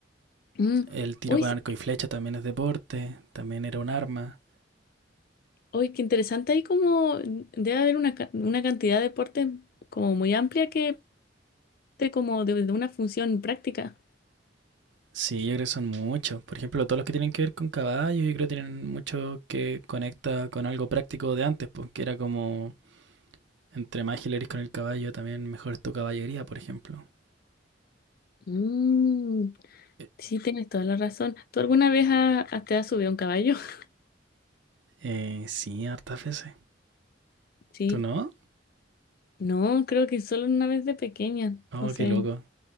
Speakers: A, on the left; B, on the right.
A: Mm,
B: El tiro
A: Hoy,
B: con
A: sí-
B: arco y flecha también es deporte, también era un arma.
A: hoy qué interesante, hay como debe haber una, ca- una cantidad de deportes como muy amplia que te como de de una función práctica.
B: Sí, yo creo que son muchos. Por ejemplo, todos los que tienen que ver con caballos, yo creo que tienen mucho que conecta con algo práctico de antes, porque era como entre más ágil eres con el caballo, también mejor es tu caballería, por ejemplo.
A: Mm,
B: Eh,
A: sí, tienes toda la razón. ¿Tú alguna vez ha- has- te has subido a un caballo? <laughs>
B: eh, sí, hartas veces.
A: Sí.
B: ¿Tú no?
A: No, creo que solo una vez de pequeña.
B: Oh,
A: Entonces,
B: qué loco.